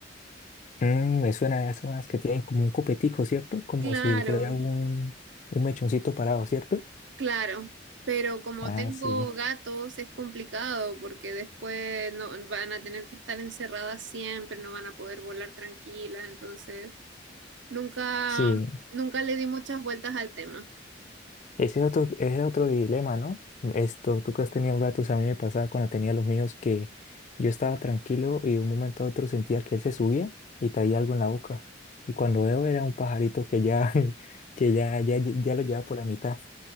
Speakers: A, on the left; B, on the right.
A: Mm, me suena a esas más que tienen como un copetico, ¿cierto? Como
B: Claro,
A: si fuera un, un mechoncito parado, ¿cierto?
B: claro. Pero como
A: Ah,
B: tengo
A: sí.
B: gatos, es complicado porque después no van a tener que estar encerradas siempre, no van a poder volar tranquilas, entonces. Nunca,
A: Sí,
B: nunca le di muchas vueltas al tema.
A: Ese es otro, ese es otro dilema, ¿no? Esto, tú que has tenido gatos, a mí me pasaba cuando tenía los míos que yo estaba tranquilo y de un momento a otro sentía que él se subía y traía algo en la boca. Y cuando veo era un pajarito que ya, <laughs> que ya, ya, ya lo llevaba por la mitad.